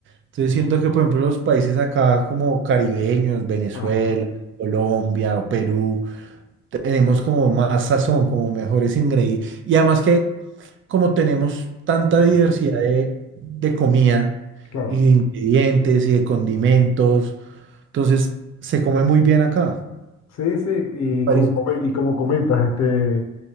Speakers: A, on the right; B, on the left.
A: Entonces siento que, por ejemplo, los países acá como caribeños, Venezuela,
B: Ajá.
A: Colombia o Perú, tenemos como más sazón, como mejores ingredientes. Y además que como tenemos tanta
B: <clears throat>
A: diversidad de, de comida
B: Claro.
A: y de ingredientes y de condimentos, entonces se come muy bien acá.
B: Sí, sí, y
A: países.
B: como, come- y como comentas, este,